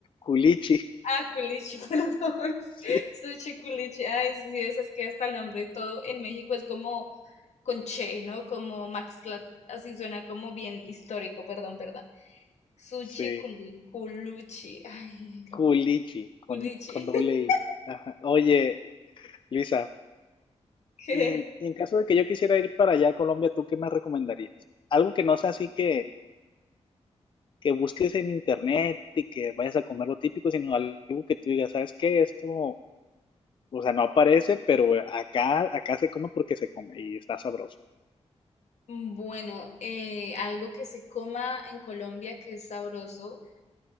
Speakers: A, on the left; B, on the left.
A: culichi.
B: Ah, culichi, <laughs> perdón.
A: Sí,
B: Sushi culichi. Ay, sí, sí, ves, es que hasta el nombre todo en México es como con Che, ¿no? Como Maxla, así suena como bien histórico, perdón, perdón. Sushi
A: sí,
B: Culi- Culuchi, <laughs> ay, lo
A: culichi,
B: que-
A: con,
B: Culichi,
A: con doble
B: <laughs>
A: I. Ajá. Oye, Luisa,
B: que
A: y en, y en caso de que yo quisiera ir para allá a Colombia, ¿tú qué me recomendarías? Algo que no sea así que, que busques en internet y que vayas a comer lo típico, sino algo que tú digas, ¿sabes qué? Esto, o sea, no aparece, pero acá, acá se come porque se come y está sabroso.
B: mm, bueno, eh, algo que se coma en Colombia que es sabroso.